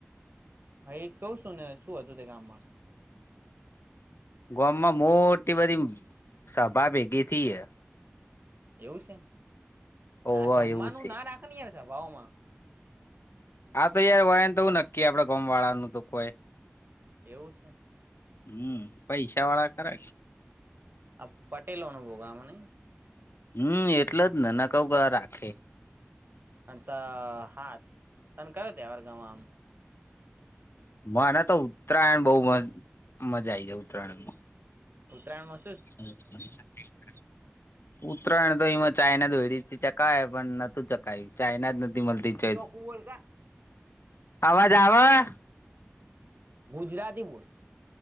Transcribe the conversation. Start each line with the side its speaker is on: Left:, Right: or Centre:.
Right: હા એજ કઉ છુ, ને શું હતુ તે ગામમા
Left: ગોમમાં મોટી બધી સભા ભેગી થ હ
Right: એવું છે
Left: હોવ
Right: આ જમવાનું
Left: એવું છે
Right: ના રાખની એ છેભાવમા
Left: આ તો યાર હોય, ને તો એવું નક્કી આપડે ગમ વાળા નનુ તો કોઈ
Right: એવું છે.
Left: હમ પૈસા વાળા કરે
Right: અ પટેલો ન ભોગમાંને
Left: હમ એટલે જ ને ના કઉ ક રાખે
Right: તો હા તને કયો ત અરગામાં આમ
Left: મને તો ઉત્તરાયણ બહ મજા આ આવી જાય ઉત્તરાયણ
Right: ઉત્તરાયણમા
Left: હમ ઉત્તરાયણ તો એમાં ચાાયના દેડીથી ચકા પણ નતુ ચ કઈ ચાાઈના જ નથીતી મને તે
Right: ચોખ્ખું બોલ કા
Left: આવાજ હવા
Right: ગુજરાતી બોર્ડ